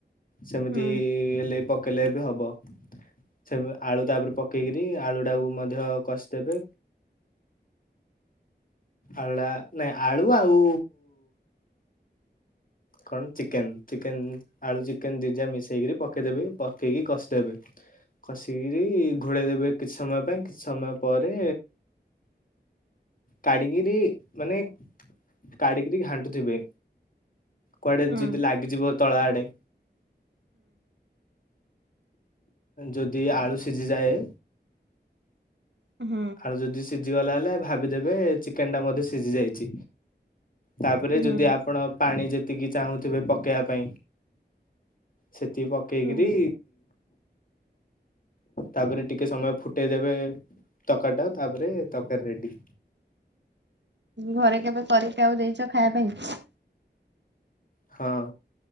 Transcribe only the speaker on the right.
ହୁଁ ହୁଁ
ହୁଁ
ହୁଁ
ହୁଁ ହୁଁ
ହୁଁ
ଘରେ କେବେ କରିକି ଆଉ ଦେଇଛ ଖାଇବା ପାଇଁ?